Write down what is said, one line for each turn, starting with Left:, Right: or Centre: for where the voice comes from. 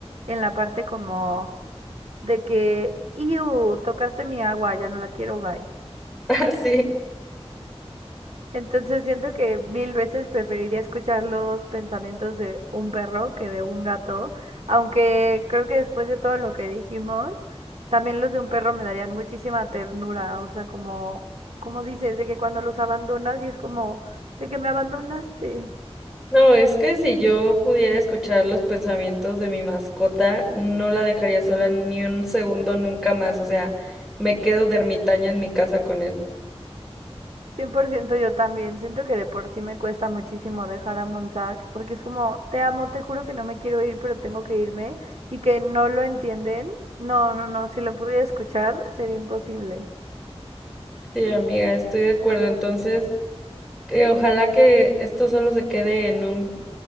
Right: en la parte como de que, iu, tocaste mi agua, ya no la quiero, bye.
Centre: <laughs> Sí,
Right: Entonces siento que mil veces preferiría escuchar los pensamientos de un perro que de un gato, aunque creo que después de todo lo que dijimos, también los de un perro me darían muchísima ternura, o sea, como, como dices, de que cuando los abandonas y es como, de que me abandonaste.
Centre: no, es que si yo pudiera escuchar los pensamientos de mi mascota, no la dejaría sola ni un segundo nunca más, o sea, me quedo de ermitaña en mi casa con él.
Right: cien por ciento yo también, siento que de por sí me cuesta muchísimo dejar a Monsac, porque es como, te amo, te juro que no me quiero ir, pero tengo que irme, y que no lo entienden. No, no, no, si lo pudiera escuchar sería imposible.
Centre: Sí, amiga, estoy de acuerdo. Entonces, que ojalá que esto solo se quede en un,